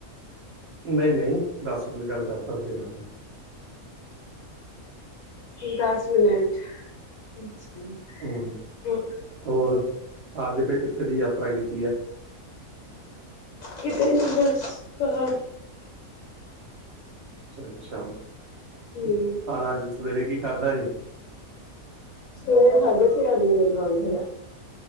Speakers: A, on the right; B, on the left.
A: ਨਹੀਂ-ਨਹੀਂ ਦਸ ਮਿੰਟ ਗੱਲ ਕਰ ਸਕਦੇ ਹਾਂ ਆਪਾਂ।
B: ਦਸ ਮਿਨਟ ਅੱਛਾ।
A: ਹਮ,
B: ਹਾਂ
A: ਹੋਰ ਅੱਜ ਫੇ ਕਿੱਥੇ ਦੀ ਯਾਤਰਾ ਕੀਤੀ ਐ?
B: ਕਿਤੇ ਨੀ ਬਸ ਘਰ।
A: ਅੱਛਾ-ਅੱਛਾ!
B: ਹੂੰ
A: ਖਾਣਾ ਅੱਜ ਸਵੇਰੇ ਕੀ ਖਾਧਾ ਜੇ?
B: ਸਵੇਰੇ ਖਾਦੇੇ ਸੀ ਆਲੂ ਦੇ ਪਰਾਂਠੇ।